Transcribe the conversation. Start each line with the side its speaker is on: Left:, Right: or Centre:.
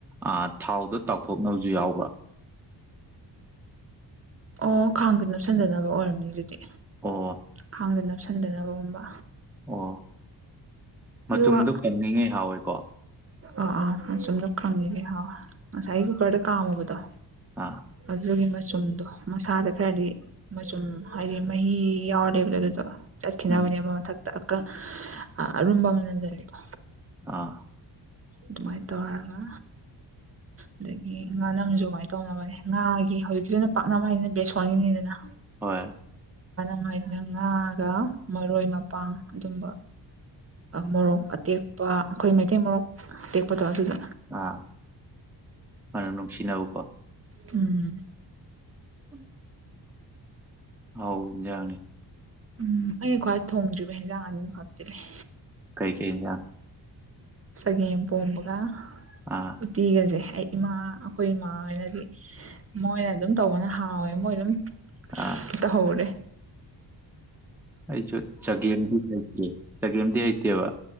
Centre: ꯑ ꯊꯥꯎꯗ ꯇꯥꯎꯊꯣꯛ ꯊꯣꯛꯅꯕꯁꯨ ꯌꯥꯎꯕ꯭ꯔ?
Right: ꯑꯣ ꯈꯥꯡꯗ ꯅꯞꯁꯟꯗꯅꯕ ꯑꯣꯏꯔꯝꯃꯤ ꯑꯗꯨꯗꯤ
Centre: ꯑꯣ
Right: ꯈꯥꯡꯗ ꯅꯞꯁꯟꯗꯅꯕꯒꯨꯝꯕ꯫
Centre: ꯑꯣ ꯃꯆꯨꯝꯗꯨ
Right: ꯑꯗꯨꯒ
Centre: ꯀꯪꯉꯤꯉꯩ ꯍꯥꯎꯋꯦꯀꯣ꯫
Right: ꯑꯥ ꯑꯥ ꯃꯆꯨꯝꯗ ꯀꯪꯉꯤꯍꯩ ꯍꯥꯎꯋꯦ꯫ ꯉꯁꯥꯏꯒꯤ ꯀꯨꯀꯔꯗ ꯀꯥꯝꯃꯨꯕꯗꯣ
Centre: ꯑꯥ
Right: ꯑꯗꯨꯒꯤ ꯃ ꯆꯨꯝꯗꯣ ꯃꯁꯥꯗ ꯈꯔꯗꯤ ꯃꯆꯨꯝ ꯍꯥꯏꯗꯤ ꯃꯍꯤ ꯌꯥꯎꯔꯂꯩꯕꯗꯣ ꯑꯗꯨꯗꯣ ꯆꯠꯈꯤꯅꯕꯅꯦꯕ
Centre: ꯎꯝ
Right: ꯃꯊꯛꯇ ꯑꯀ ꯑꯔꯨꯝꯕ ꯑꯃ ꯅꯪꯖꯜꯂꯤꯗꯣ꯫
Centre: ꯑꯥ
Right: ꯑꯗꯨꯃꯥꯏ ꯇꯧꯔꯒ ꯑꯗꯒꯤ ꯉꯥꯅꯝꯖꯨ ꯑꯃꯥꯏ ꯇꯧꯅꯕꯅꯦ ꯉꯥꯒꯤ ꯍꯧꯖꯤꯛꯀꯤꯗꯨꯅ ꯄꯥꯛꯅ ꯍꯥꯏꯁꯤꯅ ꯕꯦꯁꯣꯟ ꯒꯤꯅꯤꯗꯅꯥ꯫
Centre: ꯍꯣꯏ
Right: <unintelligible> ꯉꯥꯒ ꯃꯔꯣꯏ ꯃꯄꯥꯡ ꯑꯗꯨꯝꯕ ꯃꯣꯔꯣꯛ ꯑꯇꯦꯛ ꯄꯥ ꯑꯩꯈꯣꯏ ꯃꯩꯇꯩ ꯃꯣꯔꯣꯛ ꯇꯦꯛꯄꯗꯣ ꯑꯗꯨꯒꯤ
Centre: ꯑꯥ ꯍꯅ ꯅꯨꯡꯁꯤꯅꯕꯀꯣ꯫
Right: ꯎꯝ
Centre: <unintelligible> ꯑꯥꯎ ꯏꯖꯅꯤ
Right: ꯎꯝ ꯑꯩꯅ ꯈ꯭ꯋꯥꯏ ꯊꯣꯡꯗ꯭ꯔꯤꯕ ꯍꯦꯟꯖꯥꯡ ꯑꯅꯤ ꯈꯛꯇꯤꯂꯩ꯫
Centre: ꯀꯩ ꯀꯩꯖꯥꯡ
Right: ꯆꯒꯦꯝ ꯄꯣꯝꯕꯒ
Centre: ꯑꯥ
Right: ꯎꯇꯤꯒꯁꯦ ꯑꯩ ꯏꯃꯥ ꯑꯈꯣꯏ ꯃꯥ ꯍꯣꯏꯅꯗꯤ ꯃꯣꯏꯅ ꯗꯨꯝ ꯇꯧꯕꯅ ꯍꯥꯎꯋꯦ ꯃꯣꯏ ꯗꯨꯝ
Centre: ꯑꯥ
Right: ꯇꯍꯧꯔꯦ
Centre: ꯑꯩꯁꯨ ꯆꯒꯦꯝꯗꯤ ꯍꯩꯇꯦ ꯆꯒꯦꯝꯗꯤ ꯍꯩꯇꯦꯕ꯫